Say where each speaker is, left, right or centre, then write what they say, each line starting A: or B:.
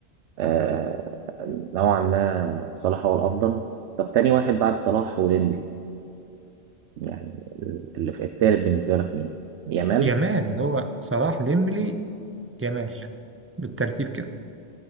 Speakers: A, on the right; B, on the right.
A: آه، نوعا ما صلاح هو الأفضل طب تاني واحد بعد صلاح وديمبلي يعني اللي في التالت بالنسبة لك مين؟ يامال
B: يامال هو صلاح ديمبلي يامال بالترتيب كده